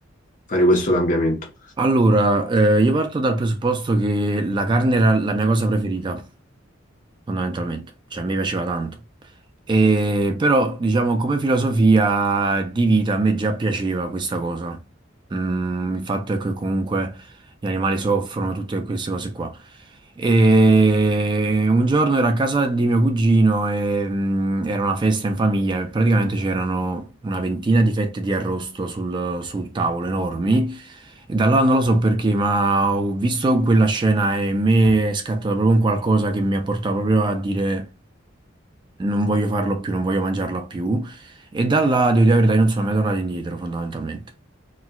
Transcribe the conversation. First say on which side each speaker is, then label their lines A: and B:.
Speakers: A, on the left; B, on the right.
A: fare questo cambiamento?
B: Allora, eh, io parto dal presupposto che la carne era la mia cosa preferita, fondamentalmente, cioè a me piaceva tanto. E, però, diciamo, come filosofia di vita a me già piaceva questa cosa. Mm, il fatto è che comunque gli animali soffrono, tutte queste cose qua. E un giorno ero a casa di mio cugino e mm, era una festa in famiglia e praticamente c'erano una ventina di fette di arrosto sul, sul tavolo enormi. E da allora non lo so perché, ma ho visto quella scena e in me è scattato proprio un qualcosa che mi ha portato proprio a dire non voglio farlo più, non voglio mangiarla più. E da là, devo dire la verità, io non sono mai tornato indietro, fondamentalmente.